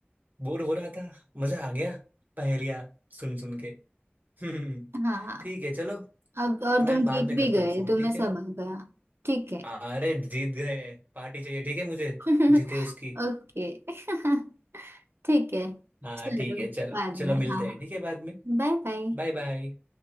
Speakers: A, on the right; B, on the right.
A: बोर हो रहा था मजा आ गया पहेलियां सुन सुन के <laughs> हम्म,
B: हाँ
A: ठीक है चलो
B: अब और तुम
A: मैं बाद
B: जीत
A: में
B: भी
A: करता
B: गए
A: हूँ फोन
B: तुम्हें
A: ठीक है
B: सब आ गया ठीक है
A: अरे जीत गए पार्टी चाहिए ठीक है मुझे
B: <laughs>
A: जीते उसकी
B: ओके <laughs> ठीक है
A: हाँ
B: चलो
A: ठीक है
B: बाद
A: चलो चलो
B: में हाँ
A: मिलते
B: हाँ
A: हैं ठीक है बाद में
B: बाय बाय
A: Bye bye